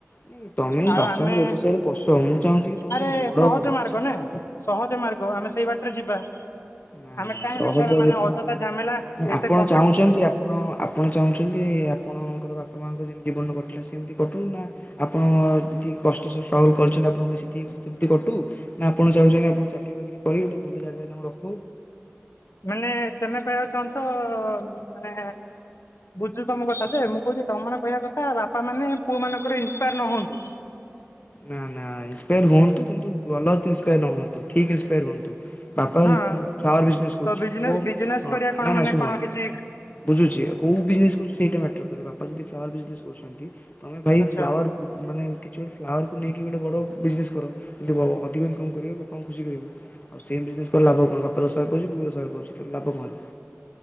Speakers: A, on the left (about 35°); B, on the left (about 70°).
A: ନୁହେଁ କି ତମେ ଏଇ
B: ଆଉ
A: ବାପାଙ୍କ
B: ଆମେ
A: ବ୍ୟବସାୟରେ ପଶ ମୁଁ ଚାହୁଁଛି କି ତମେ
B: ଆରେ
A: ବଡ
B: ସହଜ
A: କର
B: ମାର୍ଗ
A: କିଛି
B: ନା ସହଜ ମାର୍ଗ ଆମେ ସେଇ ବାଟରେ ଯିବା।
A: ନା
B: ଆମେ
A: ନା
B: କାହିଁ
A: ସହଜ
B: ବେକାର ମାନେ
A: ଦେଖିଲେ
B: ଅଯଥା
A: ତ
B: ଝାମେଲା ଏତେ
A: ଆପଣ
B: କ
A: ଚାହୁଁଛନ୍ତି ଆପଣ ଆପଣ ଚାହୁଁଛନ୍ତି ଆପଣଙ୍କର ବାପା ମାଆଙ୍କ ଯେମିତି ଜୀବନ କଟିଲା ସେମିତି କଟୁନି ନା ଆପଣ ଯେତିକି କଷ୍ଟରେ ଷ୍ଟ୍ରଗଲ୍ କରିଛନ୍ତି ଆପଣଙ୍କୁ ସେ ସେମିତି କଟୁ ନା ଆପଣ ଚାହୁଛନ୍ତି ଆପଣ ଚାକିରୀ ବାକିରି କରିିକି ଗୋଟେ ଭଲ ଜାଗାରେ ତାଙ୍କର
B: ମାନେ ତେମେ କହିବାକୁ ଚାହୁଁଚ ମାନେ ବୁଝୁଚି ତମ କଥା ଯେ ମୁଁ କହୁଚି ତମମାନଙ୍କ କହିବା କଥା ବାପା ମାନେ ପୁଅ ମାନଙ୍କର ଏହିସ୍ ସେୟାର୍ ନ ହୁଅନ୍ତୁ।
A: ନା ନା ଇନ୍ସପେୟାର ହୁଅନ୍ତୁ କିନ୍ତୁ ଗଲତ୍ ଇନ୍ସପେୟାର ନ ହୁଅନ୍ତୁ ଠିକ୍ ଇନ୍ସପେୟାର ହୁଅନ୍ତୁ। ବାପା
B: ହଁ
A: ଏଇ କି ଫ୍ଲାୱାର ବିଜନେସ୍ କରୁଚି
B: ତ ବିଜନେ
A: ପୁଅ
B: ବିଜନେସ୍
A: ହ
B: କରିବା କଣ
A: ନା
B: ମାନେ
A: ନା ଶୁଣ
B: କଣ କିଛି
A: ବୁଝୁଚି ଆଉ କୋଉ ବିଜନେସ କରୁଚି ସେଇଟା ମ୍ୟାଟର କରେ ବାପ ପା ଯଦି ଫ୍ଲାୱାର ବିଜନେସ କରୁଚନ୍ତି ତମେ ଭାଇ
B: ଆଚ୍ଛା
A: ଫ୍ଲାୱାର ମାନେ କିଛି ଗୋଟେ ତାକୁ ନେଇକି ଗୋଟେ ବଡ଼ ବିଜନେସ କର। କିନ୍ତୁ ଅଧିକ ଇନକମ୍ କରି ବାପାଙ୍କୁ ଖୁସି କରିବ। ଆଉ ସେମ୍ ବିଜନେସ କଲେ ଲାଭ? ଆଉ କଣ ବାପା ଦଶାର ପାଉଚି ପୁଅ ଦଶାର ପାଉଛି ତେଣୁ ଲାଭ କଣ ହେଲା।